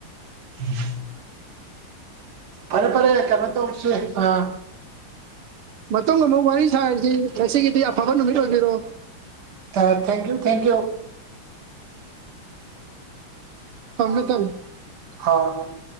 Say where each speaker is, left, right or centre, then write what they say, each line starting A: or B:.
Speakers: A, on the right (about 50°); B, on the right (about 85°).
A: <unintelligible> ꯐꯔꯦ ꯐꯔꯦ ꯀꯩꯅꯣ ꯇꯧꯁꯦ ꯑꯥ
B: ꯃꯇꯨꯡ ꯑꯃꯨꯛ ꯋꯥꯔꯤ ꯁꯥꯔꯖꯤ ꯉꯁꯤꯒꯤꯗꯤ ꯑꯐꯕ ꯅꯨꯃꯤꯠ ꯑꯣꯏꯕꯤꯔꯣ
A: ꯑ ꯊꯦꯡꯀ꯭ꯌꯨ ꯊꯦꯡꯀ꯭ꯌꯨ
B: ꯊꯝꯃꯦ ꯊꯝꯃꯦ
A: ꯍꯥꯎ